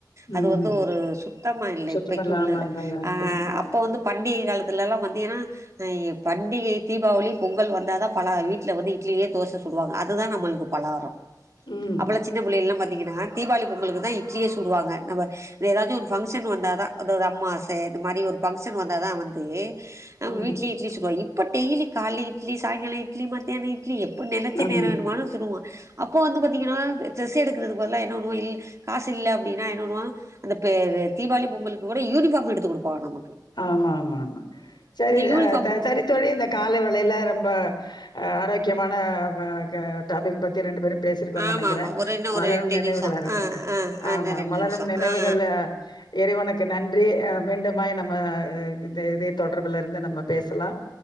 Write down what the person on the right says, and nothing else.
அது
வந்து ஒரு சுத்தமா இல்ல
இப்பைக்கு
உள்ள
அ
அப்ப வந்து பண்டிக காலத்துல எல்லா பாத்தீங்னா ஆ பண்டிகை தீபாவளி பொங்கல் வந்தா தா பல வீட்டில வந்து இட்லியே தோச சுடுவாங்க அதுதா நம்மளுக்கு பலாரம்
அப்பல்லா சின்ன பிள்ளையெல்லா பாத் திங்குதுங்க தீபாளி பொங்கலுக்கு தா இட்லியே சுடுவாங்க நம்ம ஏதாச்சும் ஃபங்க்ஷன் வந்தா தா <unintelligible> அம்மாச இது மாத்ரி ஒரு ஃபங்க்ஷன் வந்தாதா வந்து அ
வீட்லியே இட்லி சுடுவாங் இப்ப டெய்லி கால்ல இட்லி சா சாங்கால இட் ட்லி மத்தியான இ ட்லி எப்போ நெனச்ச
நேர வேணும் ஆனாலு சுடுவோ அப்போ வந்து பாத்தீங்கன்னா ட்ரஸ் எடுக்கிறது பதலா என்ன பண்ணுவோ இல் காசு இல்ல அப்டின்னா என்ன பண்ணுவோ அந்த பெ தீபாளி பொங்கலுக்கு கூட யூனிஃபார்ம் எடுத்து குடுப்ப நமக்
யூனிஃபார்ம்
ஆமா
ஆமா ஒரு இன்னு
ஒரு ரெண்டு
நிமிஷோ
ஆ ஆ ஆ
இன்னு ரெண்டு
நிமிஷோ
ஆ